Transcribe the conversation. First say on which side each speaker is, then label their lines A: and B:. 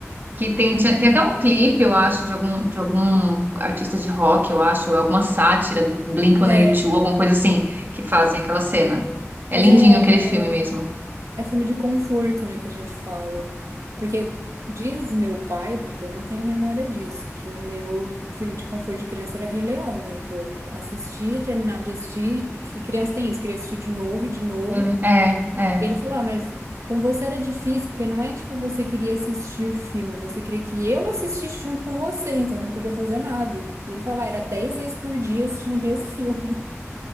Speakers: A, on the right; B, on the right.
A: Que tem,
B: uhum,
A: tinha- tem até um clipe, eu acho, de algum, de algum artista de rock, eu acho, ou alguma sátira do Blink-182,
B: é.
A: alguma coisa assim, que fazem aquela cena. É
B: Mas
A: lindinho
B: é, é
A: aquele filme mesmo.
B: é filme de conforto, né, que a gente fala. Porque diz meu pai, porque eu não tenho memória disso, que o meu filme de conforto de criança era Rei Leão, né? Que eu assistia, terminava de assistir, e que criança tem isso, queria assistir de novo e de novo.
A: É, é. é.
B: E ele falou: Ah, mas com você era difícil, porque não é tipo você queria assistir o filme, você queria que eu assistisse junto com você, então eu não podia fazer nada. E e ele falava: ah, era 10 vezes por dia assistindo o mesmo filme. <laughs>